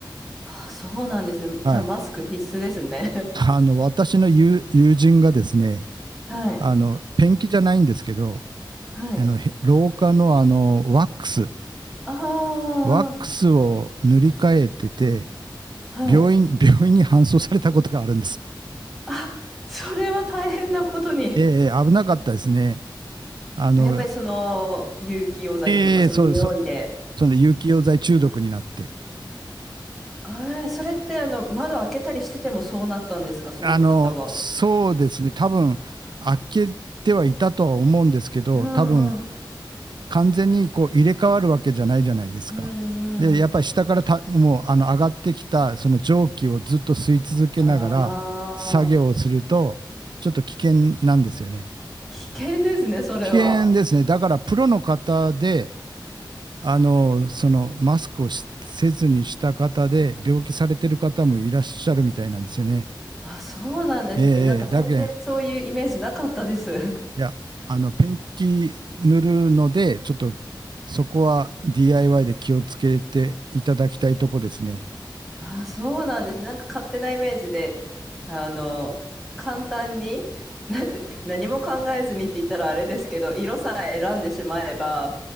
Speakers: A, in the centre; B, on the right.
A: あ、そうなんですね。
B: はい。
A: じゃあ、マスク必須ですね。
B: あの、私の友友人がですね、
A: <laughs> はい。
B: あの、ペンキじゃないんですけど、
A: はい。
B: あの、へ廊下のあの、ワックス、
A: あ
B: ワックスを塗り替えてて、
A: あ、はい。
B: 病院、<laughs> 病院に搬送されたことがあるんです。
A: あ、それは大変なことに。
B: ええ危なかったですね。あの、
A: あやっぱりその、有機溶剤というか、
B: ええそう、
A: その匂いで。
B: そう、その有機溶剤中毒になって。
A: ええ、それってあの、窓開けたりしててもそうなったんですか、その方は。
B: あの、そうですね。多分、開けてはいたとは思うんですけど、
A: うんうん。
B: 多分、完全にこう入れ替わるわけじゃないじゃないですか。
A: うんうん。
B: で、やっぱり下からたもうあの上がってきたその蒸気をずっと吸い続けながら作業をすると、
A: ああ、
B: ちょっと危険なんですよね。
A: 危険ですね、それは。
B: 危険ですね。だからプロの方で、あの、そのマスクをしせずにした方で病気されてる方もいらっしゃるみたいなんですよね。
A: あ、そうなんですね。
B: ええええだけん
A: なんか全然そういうイメージなかったです。<laughs>
B: いや、あの、ペンキ塗るので、ちょっとそこは DIY で気をつけていただきたいとこですね。
A: あ、そうなんですね。なんか勝手なイメージで、あの、簡単に、<laughs> なんで、何も考えずにって言ったらあれですけど、色さえ選んでしまえば、